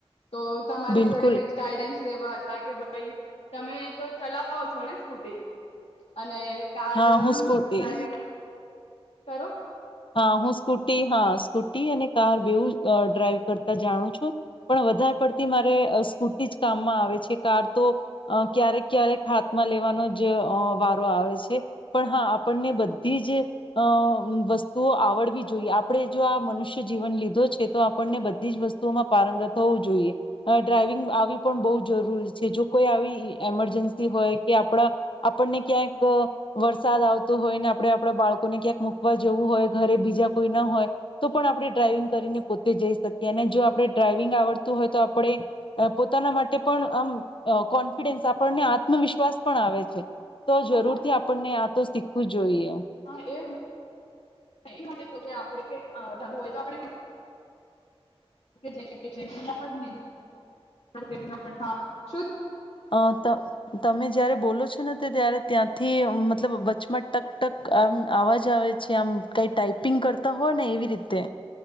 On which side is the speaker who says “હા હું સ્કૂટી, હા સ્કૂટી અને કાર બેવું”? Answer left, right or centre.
Left